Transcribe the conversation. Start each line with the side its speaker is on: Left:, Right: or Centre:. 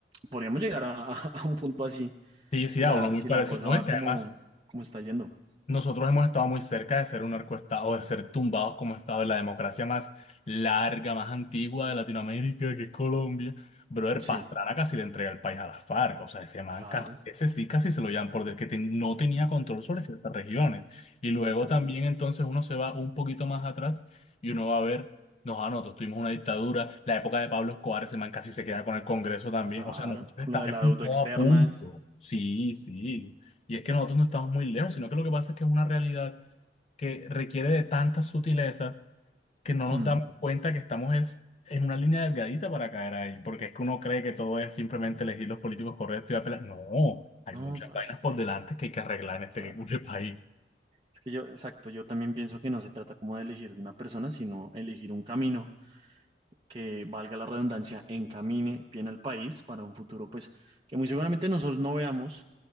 Right: podríamos llegar a, a- a un punto así,
Left: Sí,
Right: si
Left: sí, a
Right: la,
Left: uno muy
Right: si
Left: parecido.
Right: la cosa
Left: No,
Right: va
Left: es que
Right: como,
Left: además
Right: como está yendo.
Left: Nosotros hemos estado muy cerca de ser un narcoestado, de ser tumbados como estado de la democracia más larga, más antigua de Latinoamérica, que es Colombia. Brother,
Right: Sí,
Left: Pastrana casi le entrega el país a las FARC, o sea, ese man
Right: claro.
Left: casi, ese sí casi se lo llaman porque que ten- no tenía control sobre ciertas regiones. Y luego
Right: Claro,
Left: también entonces uno se va un poquito más atrás y uno va a ver, no, ah, no, nosotros tuvimos una dictadura, la época de Pablo Escobar, ese man casi se queda con el Congreso también,
Right: claro.
Left: o sea, nosotros estamos,
Right: Lo de
Left: hemos
Right: la
Left: estado
Right: deuda externa.
Left: a punto. Sí, sí. Y es que nosotros no estamos muy lejos, sino que lo que pasa es que es una realidad que requiere de tantas sutilezas que no nos
Right: hmm,
Left: damos cuenta que estamos es en una línea delgadita para caer ahí, porque es que uno cree que todo es simplemente elegir los políticos correctos y apelar. No, hay
Right: No,
Left: muchas
Right: parce.
Left: vainas por delante que hay que arreglar en este
Right: Claro.
Left: que país.
Right: Es que yo, exacto, yo también pienso que no se trata como de elegir de una persona, sino elegir un camino que, valga la redundancia, encamine bien al país para un futuro, pues, que muy seguramente nosotros no veamos